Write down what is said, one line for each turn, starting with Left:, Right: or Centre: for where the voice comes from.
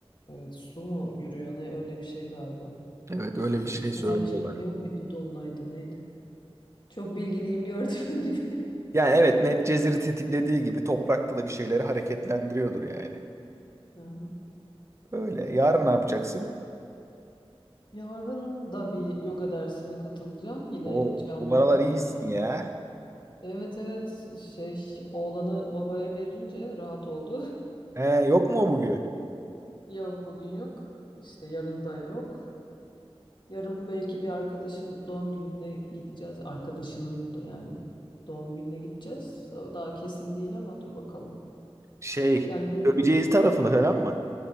Left: evet su mu yürüyor ne öyle bir şey galiba.
Right: Evet
Left: Su-
Right: öyle bir şey
Left: Ya da sular
Right: söylüyorlar.
Left: çekiliyor muydu dolunayda neydi? Çok bilgiliyim gördüğün <laughs> gibi.
Right: Yani evet Medcezir'i tetiklediği gibi toprakta da bir şeyleri hareketlendiriyordur yani.
Left: Aha.
Right: Öyle. Yarın ne yapacaksın?
Left: Yarın da bir yoga dersine katılacağım yine
Right: Oo,
Left: canlı
Right: bu aralar iyisin
Left: yani.
Right: ya.
Left: Evet evet şey oğlanı babaya verince rahat oldu.
Right: He, yok mu o bugün?
Left: <laughs> Yok bugün yok işte yarın da yok. Yarın belki bir arkadaşın doğum gününe gideceğiz. Arkadaşının da yani doğum gününe gideceğiz. O daha kesin değil ama dur bakalım.
Right: Şey,
Left: Yani benim
Right: Göceci tarafında falan mı?